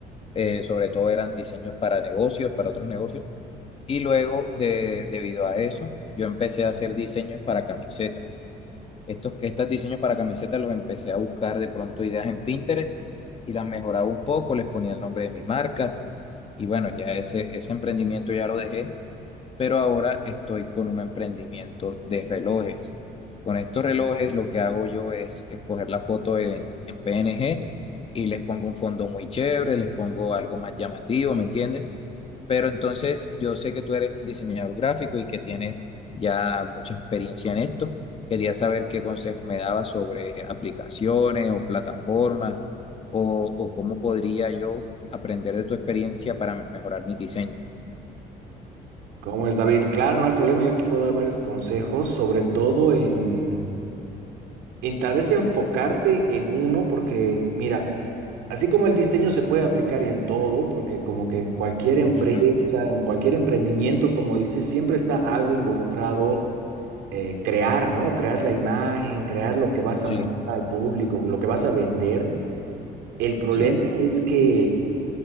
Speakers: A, on the left (about 35°); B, on the right (about 85°).
A: Eh, sobre todo eran diseños para negocios, para otros negocios. Y luego, de, debido a eso, yo empecé a hacer diseños para camisetas. Estos, estos diseños para camisetas los empecé a buscar de pronto ideas en Pinterest y las mejoraba un poco, les ponía el nombre de mi marca y bueno, ya ese, ese emprendimiento ya lo dejé, pero ahora estoy con un emprendimiento de relojes. Con estos relojes lo que hago yo es escoger la foto en, en PNG y les pongo un fondo muy chévere, les pongo algo más llamativo, ¿me entiendes? Pero entonces yo sé que tú eres un diseñador gráfico y que tienes ya mucha experiencia en esto. Quería saber qué consejos me dabas sobre aplicaciones o plataformas o, o cómo podría yo aprender de tu experiencia para mejorar mis diseños.
B: Como es, David? Claro, no hay problema, yo te puedo dar varios consejos, sobre todo en, en tal vez enfocarte en uno, porque mira, así como el diseño se puede aplicar en todo, porque como que en cualquier empresa,
A: Ujú,
B: en cualquier emprendimiento, como dices, siempre está algo involucrado, eh, crear, ¿no? Crear la imagen, crear lo que vas
A: Sí,
B: a mostrar al público, lo que vas a vender. El problema
A: sí es.
B: es que